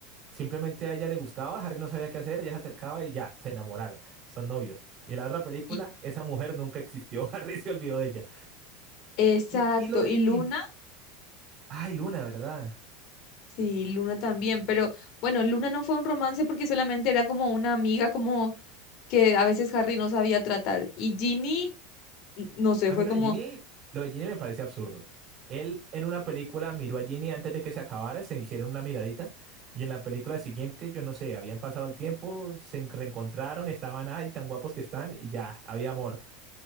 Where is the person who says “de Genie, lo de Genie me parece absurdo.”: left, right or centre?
Right